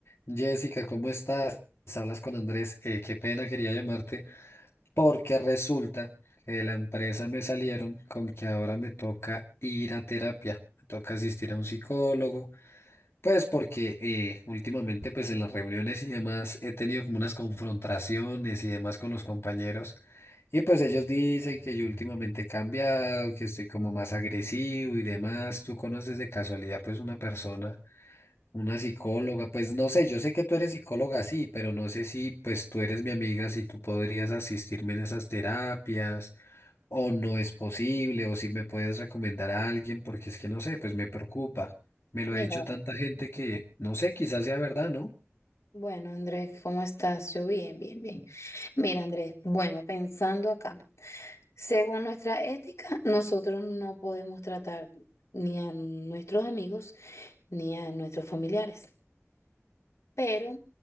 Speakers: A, on the left; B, on the left.
A: Jessica, ¿cómo estás? Hablas con Andrés. Eh, qué pena, quería llamarte porque resulta que de la empresa me salieron con que ahora me toca ir a terapia, me toca asistir a un psicólogo, pues porque eh, últimamente pues en las reuniones y demás he tenido como unas confrontaciones y demás con los compañeros y pues ellos dicen que yo últimamente he cambiado, que estoy como más agresivo y demás. ¿Tú conoces de casualidad pues una persona? Una psicóloga, pues no sé, yo sé que tú eres psicóloga, sí, pero no sé si pues tú eres mi amiga, si tú podrías asistirme en esas terapias o no es posible o si me puedes recomendar a alguien porque es que no sé, pues me preocupa. Me lo
B: Mira,
A: ha dicho tanta gente que no sé, quizás sea verdad, ¿no?
B: bueno, Andrés, ¿cómo estás? Yo bien, bien, bien. Mira, Andrés, bueno, pensando acá, según nuestra ética, nosotros no podemos tratar ni a nuestros amigos ni a nuestros familiares. Pero